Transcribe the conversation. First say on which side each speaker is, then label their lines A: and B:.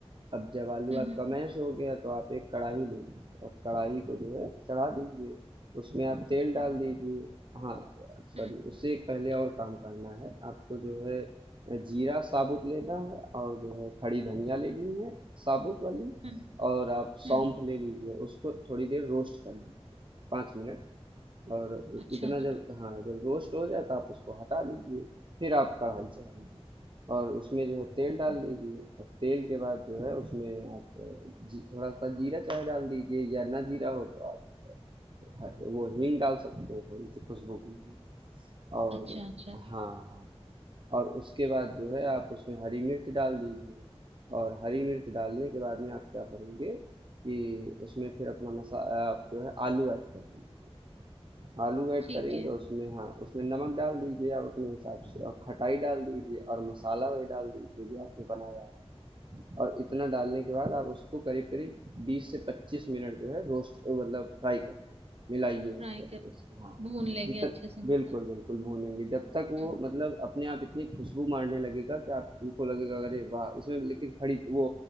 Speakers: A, on the right; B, on the right.
A: अब जब आलू
B: हम्म
A: आपका मैश हो गया तो आप एक कढ़ाई ले लीजिए और कढ़ाई को जो है चढ़ा दीजिए उसमें आप तेल डाल
B: हम्म
A: दीजिए हाँ सॉरी
B: हम्म
A: उससे एक पहले और काम करना है आपको जो है जीरा साबुत लेना है और जो है खड़ी धनिया लेनी है साबुत वाली
B: हम्म
A: और आप
B: हम्म,
A: सौंफ ले लीजिए उसको थोड़ी देर रोस्ट कर लीजिए पाँच मिनट और
B: अच्छा
A: इतना
B: अच्छा
A: जब हाँ जब रोस्ट हो जाए तो आप उसको हटा लीजिए फिर आप कढ़ाई चढ़ाइए और उसमें जो है तेल डाल
B: अच्छा
A: दीजिए और तेल के बाद जो है उसमें आप जी, थोड़ा सा जीरा चाहे डाल दीजिए या ना जीरा हो तो आप ह- वो हींग डाल सकते हैं थोड़ी सी खुशबू के लिए और
B: अच्छा अच्छा अच्छा,
A: हाँ हाँ और उसके बाद जो है आप उसमें हरी मिर्च डाल दीजिए और हरी मिर्च डालने के बाद में आप क्या करोगे कि उसमें फिर अपना मसा आप जो है आलू ऐड कर दीजिए आलू ऐड
B: ठीक
A: करेंगे
B: है
A: उसमें हाँ उसमें नमक डाल दीजिए आप अपने हिसाब से और खटाई डाल दीजिए और मसाला वही डाल दीजिए जो आपने बनाया है और इतना डालने के बाद आप उसको करीब करीब 20 से 25 मिनट जो है रोस्ट मतलब फ्राई करिए मिलाइए
B: फ्राई
A: उसको अच्छे
B: कर
A: से हाँ
B: भून लेंगे
A: जितना
B: अच्छे से मतलब
A: बिल्कुल बिल्कुल भूनेंगे जब तक वो
B: हम्म
A: मतलब अपने आप इतनी खुशबू मारने लगेगा कि आपको लगेगा अरे वाह इसमें लेकिन खड़ी वो